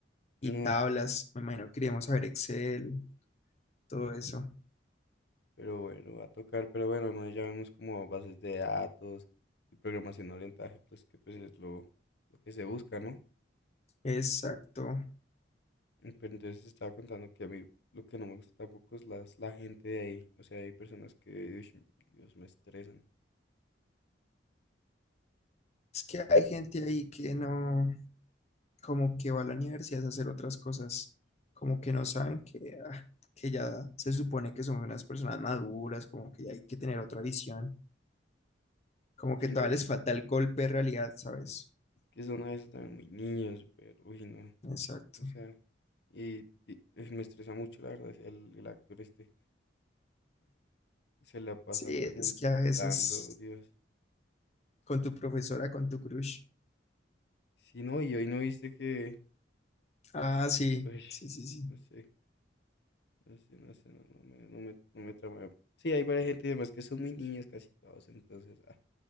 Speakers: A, on the left (about 65°); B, on the left (about 35°).
A: no,
B: y tablas, me imagino que queríamos saber Excel, todo eso.
A: pero bueno, va a tocar, pero bueno, al menos ya vemos como bases de datos y programación orientada a objetos, que pues es lo, lo que se busca, ¿no?
B: Exacto.
A: Mm, Pero entonces te estaba contando que a mí lo que no me gusta tampoco es las, la gente de ahí. O sea, hay personas que, uish, Dios, me estresan.
B: Es que hay gente ahí que no, como que va a la universidad a hacer otras cosas, como que no saben que, ah, que ya se supone que son unas personas maduras, como que ya hay que tener otra visión, como
A: Sí,
B: que todavía
A: no, y es
B: les falta el golpe de realidad, ¿sabes?
A: que son a veces también muy niños, pero, uy, no.
B: Exacto.
A: O sea, y, y- uy, me estresa mucho, la verdad, el, el actor este. Se la pasa
B: Sí,
A: preguntando,
B: es que a veces
A: Dios.
B: con tu profesora, con tu crush.
A: Sí, no, y hoy no viste que,
B: Ah, sí,
A: uy,
B: sí, sí, sí.
A: no sé, no sé, no sé, no, no me, no me, no me trama. Sí, hay varias gente y demás que son muy niños casi todos, entonces, ah,